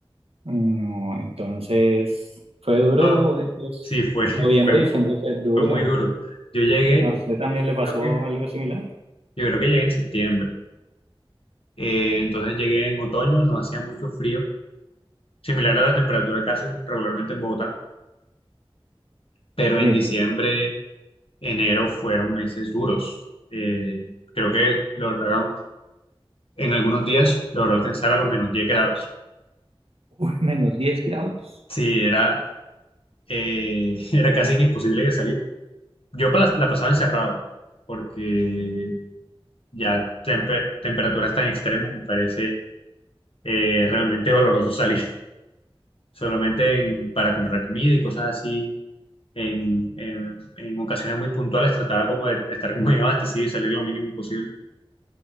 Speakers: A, on the right; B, on the left.
A: Mm, Entonces fue duro,
B: No,
A: estos-
B: sí, fue, <laughs>
A: noviembre
B: fue muy,
A: y diciembre fue duro.
B: fue muy duro. Yo llegué,
A: ¿A usted también
B: eh,
A: le pasó
B: creo que,
A: algo similar?
B: yo creo que llegué en septiembre. Eh, entonces llegué en otoño, no hacía mucho frío, similar a la temperatura que hacen regularmente en Bogotá, pero en
A: Sí,
B: diciembre, enero fueron meses duros. Eh, creo que lograron, en algunos días logró alcanzar a los menos 10 grados.
A: <laughs> menos 10 grados.
B: Sí, era, eh, <laughs> era casi que imposible de salir. Yo pa- la pasaba encerrado porque ya tempe- temperaturas tan extremas, me parece eh, realmente doloroso salir <laughs> solamente en- para comprar comida y cosas así. En, en- en ocasiones muy puntuales trataba como de estar como bien abastecido y salir lo mínimo posible.